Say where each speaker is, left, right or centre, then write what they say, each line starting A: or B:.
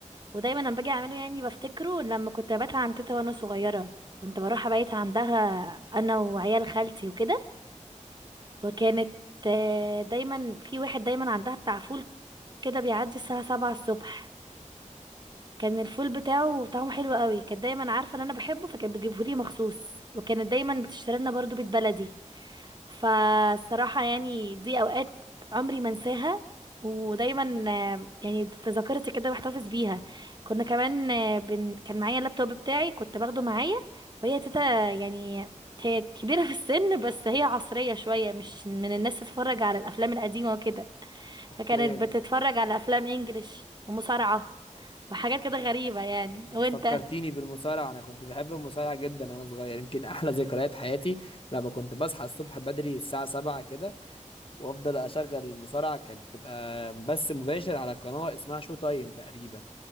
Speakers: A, on the right; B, on the left.
A: ودايما لما باجي أعمله يعني بفتكره لما كنت ببات عند تيتا وأنا صغيرة كنت بروح أبيت عندها أنا وعيال خالتي وكده وكانت آه، دايما في واحد دايما عندها بتاع فول كده بيعدي الساعة سبعة الصبح كان الفول بتاعه طعمه حلو قوي كانت دايما عارفة إن أنا بحبه فكانت بتجيبهولي مخصوص وكانت دايما بتشتري لنا برضه بيت بلدي فالصراحة يعني دي أوقات عمري ما انساها ودايما آه، يعني في ذاكرتي كده بحتفظ بيها كنا كمان آه، بن... كان معايا اللابتوب بتاعي كنت باخده معايا وهي تيتا يعني هي كبيرة في السن بس هي عصرية شوية مش من الناس تتفرج على الأفلام القديمة وكده
B: اوكي
A: فكانت بتتفرج على أفلام إنجليش ومصارعة وحاجات كده غريبة يعني
B: انت
A: وانت
B: فكرتيني بالمصارعه انا كنت بحب المصارعه جدا وانا صغير يمكن احلى ذكريات حياتي لما كنت بصحى الصبح بدري الساعه 7 كده وافضل اشغل المصارعه كانت بتبقى بث مباشر على قناه اسمها شو تايم تقريبا